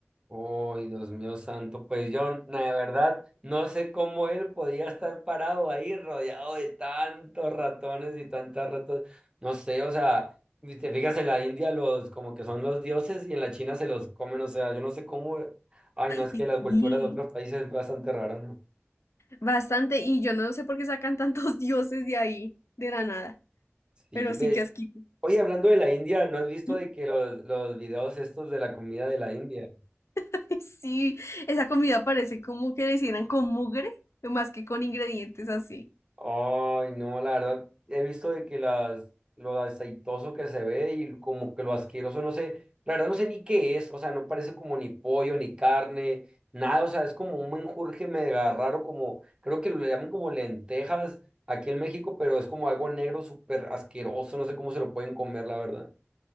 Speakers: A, on the right; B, on the left.
A: Uy, Dios mío santo, pues yo, la verdad, no sé cómo él podía estar parado ahí rodeado de tantos ratones y tantas ratas, no sé, o sea, si te fijas en la India los como que son los dioses y en la China se los comen, o sea, yo no sé cómo, ay, no, es
B: Y
A: que la
B: Sí.
A: cultura de otros países es bastante rara, ¿no?
B: Bastante, y yo no sé por qué sacan tantos <laughs> dioses de ahí, de la nada,
A: Sí,
B: pero sí
A: de,
B: que asquito.
A: oye, hablando de la India, ¿no has visto
B: ¿Mm?
A: de que los, los videos estos de la comida de la India?
B: <laughs> Sí, esa comida parece como que la hicieran con mugre, más que con ingredientes así.
A: Ay, no, la verdad, he visto de que las, lo aceitoso que se ve y como que lo asqueroso, no sé, la verdad no sé ni qué es, o sea, no parece como ni pollo, ni carne, nada, o sea, es como un menjurje mega raro, como, creo que lo llaman como lentejas aquí en México, pero es como algo negro súper asqueroso, no sé cómo se lo pueden comer, la verdad.